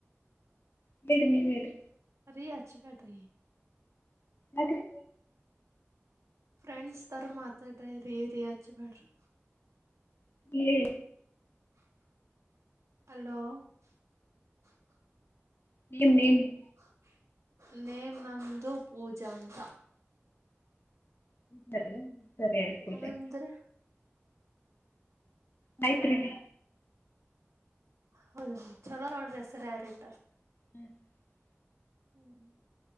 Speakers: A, on the left; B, on the right.
A: ಬಿಡ್ರಿ ನೀವ್ ಹೇಳ್ರಿ
B: ರೀ ಅಚ್ಚಿ ಬ್ಯಾಡರಿ
A: ಯಾಕ್ರಿ
B: ಫ್ರೆಂಡ್ಸ್ ಥರ ಮಾತಾಡ್ರಿ ರೀ ರಿ ಹಚ್ಬ್ಯಾಡ್ರಿ
A: <unintelligible>
B: <unintelligible> ಅಲೋ <unintelligible>
A: <inaudible>
B: <unintelligible> ನೇಮ್ ನಂದು ಪೂಜಾ ಅಂತ
A: <unintelligible> ಸರಿ ಆಯ್ತುಬಿಡ್ರಿ
B: ನಿಮ್ದ್ರಿ
A: ಮೈತ್ರಿ ರಿ
B: ಹೌದ ಚಲೋ ನೋಡ್ರಿ ಹೆಸರಿ ಯಾರ ರಿಇಟರ್
A: <unintelligible>
B: <unintelligible>